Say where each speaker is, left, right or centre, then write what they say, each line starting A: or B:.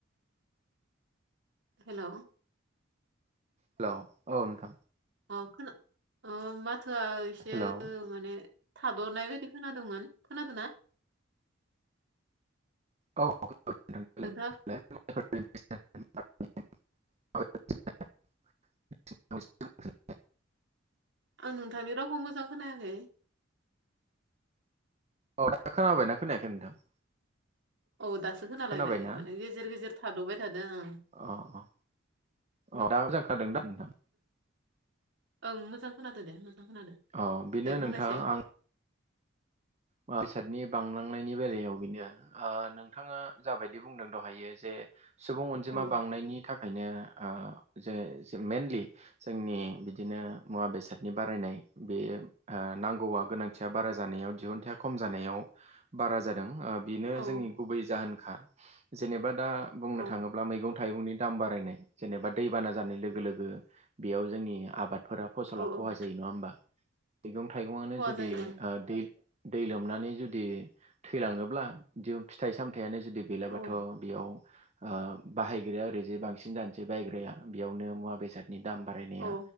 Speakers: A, on the right (about 65°); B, on the right (about 35°).
A: हेल'
B: हेल' औ नोंथां
A: अ खोना अ माथोआ एसे
B: हेलौ
A: माने थादनाय बायदि खोनादोंमोन खोनादों ना?
B: औ <unintelligible> <unintelligible>
A: नोंथाङा
B: <unintelligible>
A: आं नोंथांनि रावखौ मोजां खोनायाखै
B: औ दा खोनाबाय दा खोनायाखै नोंथां?
A: औ दासो खालायबाय
B: खोनाबायना
A: माने गेजेर गेजेर थाद'बाय थादों ओं
B: अ अ अ
A: ओं
B: दा मोजां खोनादों दां नोंथां?
A: ओं मोजां खोनादो दे मोजां खोनादो
B: अ बेनो
A: दे बुंनायसाय
B: नोंथां आं बेसादनि बांलांनायनि बेलायाव बेनो ओ नोंथाङा जाबायदि बुंदों दहायो जे सुबुं अनजिमा
A: औ
B: बांनायनि थाखायनो ओ जे मइेनलि जोंनि बिदिनो मुवा बेसाद नि बारायनाय बे ओ नांगौआ गोनांथिया बारा जानायाव दिहुनथाया खम जानायाव बारा जादों ओ बेनो
A: औ औ
B: जोंनि गुबै जाहोनखा जेनेबा दा बुंनो
A: औ
B: थाङोब्ला मैगं थाइगंनि दाम बारायनाय जेनेबा दैबाना जानाय लोगो लोगो बेयाव जोंनि आबाद फोरा फसला
A: औ
B: खहा जायो नङा होमबा मैगं थाइगंनो
A: खहा
B: जुदि
A: जायो
B: ओ दै दै लोमनानै जुदि थैलाङोब्ला बि फिथाइ सामथायाइनो जुदि गैलाबाथ'
A: ओं
B: बेयाव ओ बाहायग्राया ओरैजे बांसिन जानोसै बायग्राया बेयावनो मुवा बेसादनि दाम बा बारायनाया
A: औ